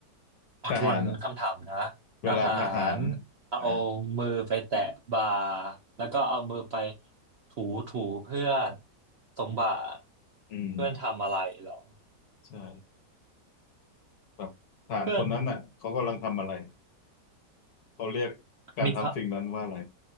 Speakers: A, on the right; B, on the left.
A: ขอทวนคำถามนะ
B: ทหารอ่ะเวลาทหาร
A: ทหารเอา
B: อ่ะ
A: มือไปแตะบ่าแล้วก็เอามือไปถูถูเพื่อนตรงบ่า
B: อืม
A: เพื่อนทำอะไรหรอ
B: ใช่แบบทหารคนนั้นอ่ะเขากำลังทำอะไร
A: เพื่อน
B: เขาเรียกการทำสิ่งนั้นว่าอะไร
A: มีค